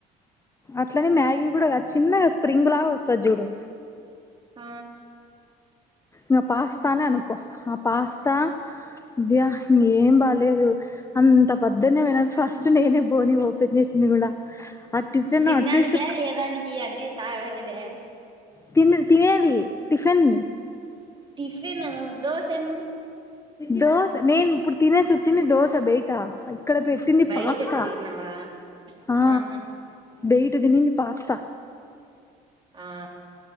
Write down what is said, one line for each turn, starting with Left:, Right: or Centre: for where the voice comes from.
Left: అట్లనే మ్యాగీ కూడా చిన్నగా స్ప్రింగ్ లాగా వస్తుంది చూడు
Right: ఆ
Left: ఇ పాస్తా నే అని అనుకో పాస్తా అద్యా ఇంకేం బాలలేదు అంత పొద్దునే పోయిన ఫస్ట్ నేనే బోని ఓపెన్ చేసింది కూడా టిఫిన్
Right: తినడానికే
Left: అట్లీస్ట్
Right: ఏదానికి అంటే తాగదే
Left: తిన తినేది టిఫిన్
Right: టిఫెన్ దోస ఎన్న
Left: దోస నేను ఇప్పుడు తినేసి వచ్చింది దోశ బయట ఇక్కడ పెట్టింది
Right: బయటకు
Left: పాస్తా
Right: పోయినావా
Left: ఆ
Right: ఆహా
Left: బయట తినింది పాస్తా
Right: ఆ